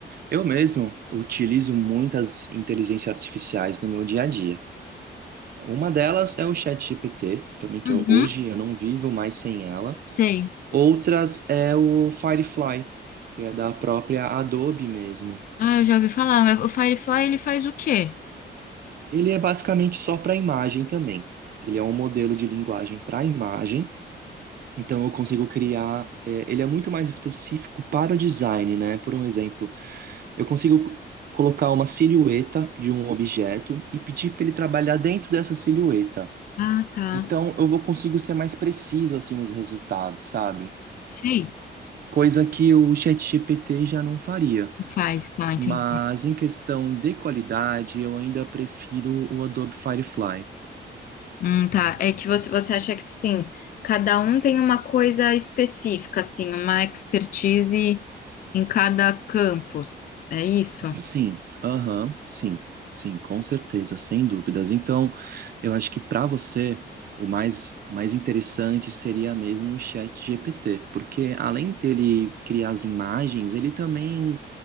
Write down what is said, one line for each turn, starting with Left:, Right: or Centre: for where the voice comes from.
Right: Eu mesmo utilizo muitas inteligências artificiais no meu dia a dia. Uma delas é o ChatGPT, também que
Left: Uhum,
Right: eu- hoje eu não vivo mais sem ela.
Left: sei.
Right: Outras é o Firefly, que é da própria Adobe mesmo.
Left: Ah, eu já ouvi falar, mas o Firefly, ele faz o quê?
Right: Ele é basicamente só para imagem também. Ele é um modelo de linguagem para imagem. Então eu consigo criar. é, ele é muito mais específico para o design, né? Por um exemplo, eu consigo colocar uma silhueta de um objeto e pedir para ele trabalhar dentro dessa silhueta.
Left: Ah, tá.
Right: Então eu vou consigo ser mais preciso assim nos resultados, sabe?
Left: Sei,
Right: coisa que o ChatGPT já não faria.
Left: faz, tá, entendi.
Right: Mas em questão de qualidade, eu ainda prefiro o Adobe Firefly.
Left: Hum, tá. É que você, você acha que, assim, cada um tem uma coisa específica, assim, uma expertise em cada campo. É isso?
Right: Sim, aham, sim, sim, com certeza, sem dúvidas. Então, eu acho que para você o mais, o mais interessante seria mesmo o ChatGPT, porque além dele criar as imagens, ele também